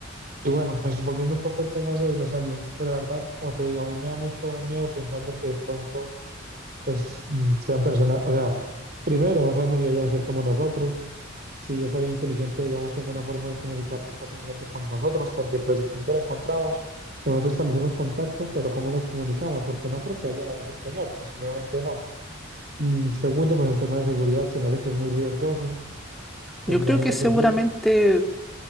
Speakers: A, on the right (about 50°); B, in the centre.
A: Y bueno, pues volviendo un poco al tema de los aliens, pues la verdad, como te digo, a mí me da mucho miedo pensar lo que de pronto pues mm, sean personas, o sea, primero no sabemos si vayan a ser como nosotros, si es bien inteligente, digamos, tenga una forma de comunicarse fácilmente con nosotros, porque pues de pronto la encontramos, de pronto establecemos contacto, pero ¿cómo nos comunicamos? Porque no creo que vayan a hablar español, pues obviamente no. Mm, segundo, pues el tema de seguridad se me hace que es muy riesgoso, pues
B: Yo
A: imagínate,
B: creo que seguramente
A: sí,